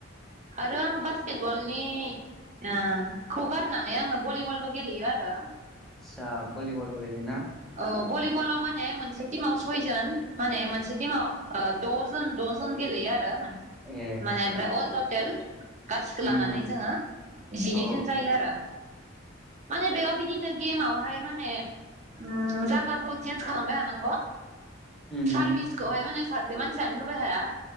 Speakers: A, on the right; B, in the centre.
A: आरो आं बासकेटबलनि ङो खौ गारनानै आङो भलिबलबो गेलेयो आरो
B: दा बलिबल गेलेनो थां
A: अ बलिलाव माने मोनसे थिमाव सयजोन माने मोनसे माव ओ द जोन द जोन गेल गेलेयो आरो
B: ए
A: माने ओमफ्राय अल टटेल गासिखो
B: उम
A: लानानै
B: उम
A: जोङो जिनैजोन
B: औ
A: जायो आरो माने बेयाव बिदिनो गेमावहाय माने उम जागाखौ चेन्ज खालामबाय थानांग'
B: उम
A: सारभिसखौहाय
B: उम
A: माने सासे मानसियानो होबाय हाया